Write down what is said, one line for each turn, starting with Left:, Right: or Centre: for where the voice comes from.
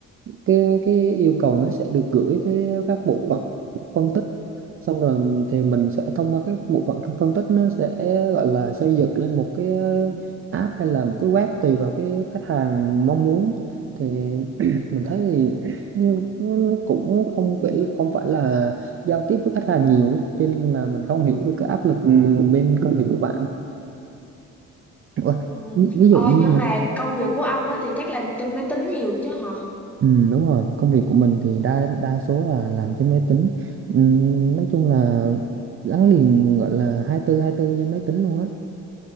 Right: cái cái yêu cầu nó sẽ được gửi tới các bộ phận phân tích xong rồi thì mình sẽ thông qua các bộ phận phân tích nó sẽ gọi là xây dựng lên một cái ờ, app hay là một cái web tùy vào cái khách hàng mong muốn thì <clears throat> mình thấy thì <clears throat> nó nó cũng không phải không phải là giao tiếp với khách hàng nhiều ấy. cho nên là mình không hiểu được cái áp lực bên công việc của bạn
Centre: ừ.
Right: Ủa, ví, ví dụ
Centre: ờ,
Right: như
Centre: nhưng
Right: là
Centre: mà công việc của ông á thì chắc làm trên máy tính nhiều chứ hả
Right: ừ, đúng rồi công việc của mình thì đa đa số là làm trên máy tính ừ, nói chung là gắn liền gọi là hai tư hai tư trên máy tính luôn á